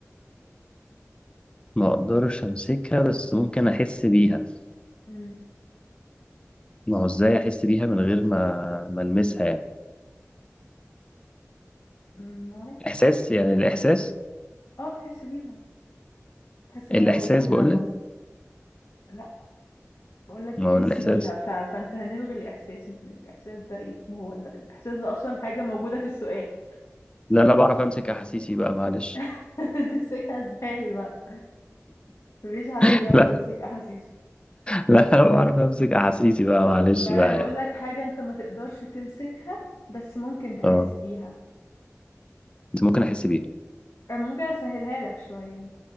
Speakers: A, on the left (about 20°); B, on the left (about 80°).
A: ما اقدرش امسكها بس ممكن احس بيها
B: امم
A: ما هو ازاي احس بيها من غير ما ما المسها يعني
B: ما اعرفش
A: احساس يعني الاحساس
B: اه تحس بيها تحس ان
A: الاحساس
B: هي موجودة
A: بقول لك
B: و... لا بقول لك
A: ما
B: تحس
A: هو الاحساس
B: بيها ف... فانت هنلغي الاحساس الاحساس ده ايه ما هو ده الاحساس ده اصلا حاجة موجودة في السؤال
A: لا انا بعرف امسك احاسيسي بقى معلش
B: <laughs> تمسكها ازاي بقى مفيش حد
A: <laughs>
B: بيعرف
A: لا
B: يمسك احاسيسه
A: لا انا بعرف امسك احاسيسي بقى معلش
B: بقى
A: بقى
B: بقول
A: يعني
B: لك حاجة انت ما تقدرش تمسكها بس ممكن تحس
A: اه
B: بيها
A: بس ممكن احس بيها
B: انا ممكن اسهلها لك شوية